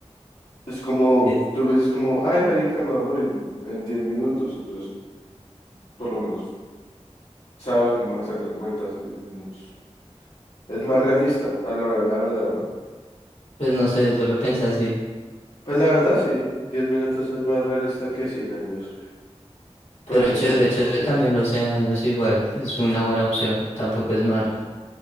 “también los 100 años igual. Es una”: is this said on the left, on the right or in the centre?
Left